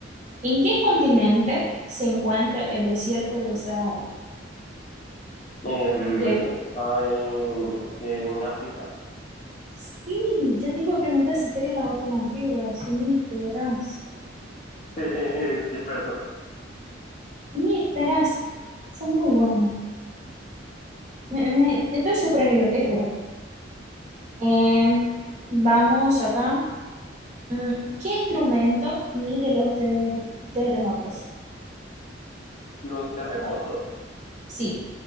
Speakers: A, on the right; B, on the left.
A: ¿En qué continente se encuentra el desierto de Sahara?
B: el-
A: Que-
B: está en, en África.
A: Sí, ya te iba a preguntar si querés las alternativas, si ni esperas.
B: <laughs> Sí, perdón.
A: Y estarás. Eso es muy bueno. Me- me- estoy sorprendido, te juro. Eh, vamos acá. Mm, ¿Qué instrumento mide los ter- terremotos?
B: Los terremotos.
A: Sí.